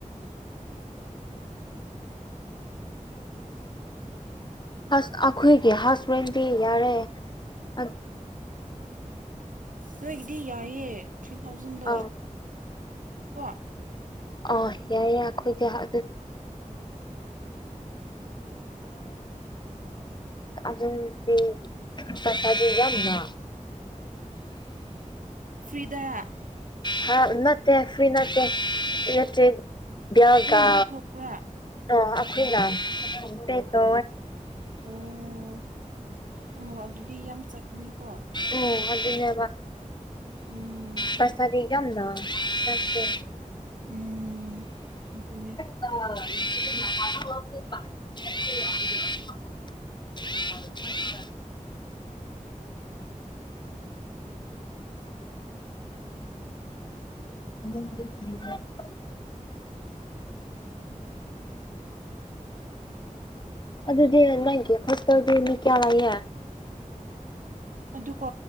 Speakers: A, on the left; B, on the right.
A: ꯑꯩꯈꯣꯏꯒꯤ ꯍꯁꯕꯦꯟꯗꯤ ꯌꯥꯔꯦ ꯎ
B: ꯅꯣꯏꯒꯤꯗꯤ ꯌꯥꯏꯌꯦ ꯊ꯭ꯔꯤ ꯊꯥꯎꯖꯟꯗꯣ
A: ꯑꯥ
B: ꯀꯣ
A: ꯑ ꯌꯥꯏ ꯌꯥꯏ ꯑꯩꯈꯣꯏꯗꯤ ꯑꯗꯨ <unintelligible> <unintelligible> ꯆꯁꯗ ꯌꯥꯝꯅ
B: ꯐ꯭ꯔꯤꯗ
A: ꯍꯥ ꯅꯠꯇꯦ ꯐ꯭ꯔꯤ ꯅꯠꯇꯦ <unintelligible> ꯌꯥꯒ
B: ꯅꯣꯏꯅ ꯄꯨꯊꯣꯛꯄ꯭ꯔꯥ
A: ꯑꯣ ꯑꯩꯈꯣꯏꯅ ꯇ
B: ꯑꯣ ꯑꯣ ꯑꯗꯨꯗꯤ ꯌꯥꯝ ꯆꯠꯀꯅꯤꯀꯣ
A: ꯑꯣ ꯑꯗꯨꯅꯦꯕ
B: ꯎꯝ
A: ꯄꯩꯁꯥꯗꯤ ꯀꯝꯅ ꯆꯦ
B: ꯎꯝ ꯑꯗꯨꯅ
A: ꯑ ꯎ <inaudible> <unintelligible> ꯑꯗꯨꯗꯤ ꯅꯪ ꯍꯠꯇꯗꯤ ꯃꯤ ꯀꯌꯥꯂꯒꯦ
B: ꯑꯗꯨꯀꯣ